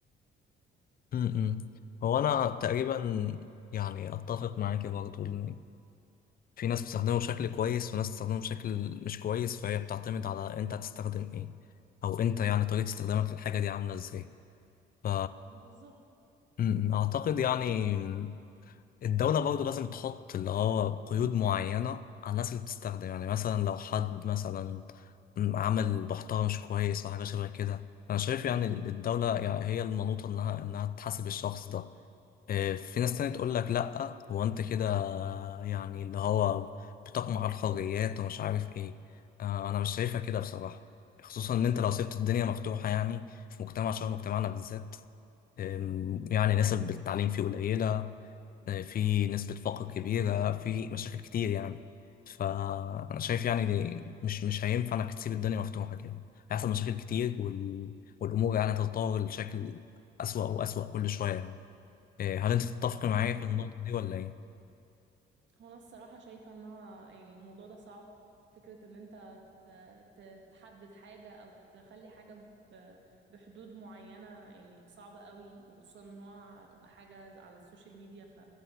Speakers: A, on the left; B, on the right.
A: م-م. هو انا
B: بس-
A: تقريبا يعني اتفق معاك برضو ان في ناس بتستخدمه بشكل كويس وناس بتستخدمه بشكل مش كويس فهي بتعتمد على انت هتستخدم ايه او انت يعني طريقة استخدامك للحاجة دي عاملة ازاي ف
B: آه، بالظبط
A: م-م. اعتقد يعني الدولة برضو لازم تحط اللي هو قيود معينة على الناس اللي بتستخدم يعني مثلا لو حد مثلا م- عمل محتوى مش كويس او حاجة شبه كده انا شايف يعني الدولة يعني هي المنوطة انها انها تحاسب الشخص ده آه، في ناس تانية تقول لك لأ هو أنت كده يعني اللي هو بتقمع الحريات ومش عارف إيه آه، أنا مش شايفها كده بصراحة خصوصا إن أنت لو سبت الدنيا مفتوحة يعني في مجتمع شبه مجتمعنا بالذات آم، يعني نسب التعليم فيه قليلة آه، في نسبة فقر كبيرة في مشاكل كتير يعني فأنا شايف يعني دي- مش مش هينفع إنك تسيب الدنيا مفتوحة كده هيحصل مشاكل كتير وال... والأمور يعني هتتطور لشكل أسوأ وأسوأ كل شوية يعني إيه، هل انت تتفق
B: آه،
A: معايا
B: هو
A: في النقطة دي ولا ايه؟
B: هو انا الصراحة شايفة انها يعني الموضوع ده صعب فكرة ان انت ت- ت- تحدد حاجة او تخلي حاجة ب- بحدود معينة يعني صعبة قوي وخصوصا انها هتبقى حاجة على السوشيال ميديا ف...